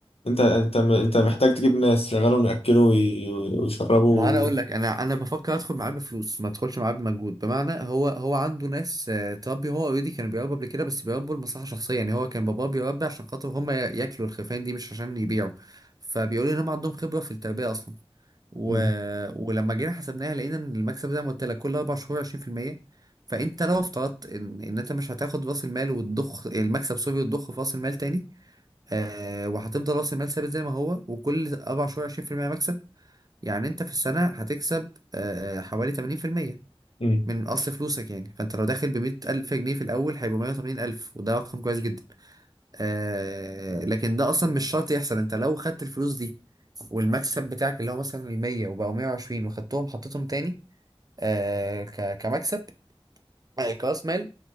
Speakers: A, on the left (about 75°); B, on the right (about 40°).
A: انت انت م- انت محتاج تجيب ناس شغالهم ياكلوا وي- ويشربوا
B: ما انا اقول لك انا انا بفكر ادخل معاه بفلوس ما ادخلش معاه بمجهود بمعنى هو هو عنده ناس آه، تربي هو اوريدي كانوا بيربوا قبل كده بس بيربوا لمصلحه شخصيه يعني هو كان باباه بيربي عشان خاطر هم ي- ياكلوا الخرفان دي مش عشان يبيعوا فبيقولوا ان هم عندهم خبره في التربيه اصلا و...
A: امم
B: ولما جينا حسبناها لقينا ان المكسب زي ما قلت لك كل اربع شهور 20% فانت لو افترضت ان ان انت مش هتاخد راس المال وتضخ المكسب سوري وتضخ في راس المال تاني آه وهتفضل راس المال ثابت زي ما هو وكل اربع شهور 20% مكسب يعني انت في السنة هتكسب آه، آه، حوالي 80%
A: امم
B: من اصل فلوسك يعني فانت لو داخل ب 100000 جنيه في الاول هيبقوا 180000 وده رقم كويس جدا آه، لكن ده اصلا مش شرط يحصل انت لو خدت الفلوس دي والمكسب بتاعك اللي هو مثلا ال 100 وبقوا 120 وخدتهم حطيتهم تاني آه، ك- كمكسب آه، كراس مال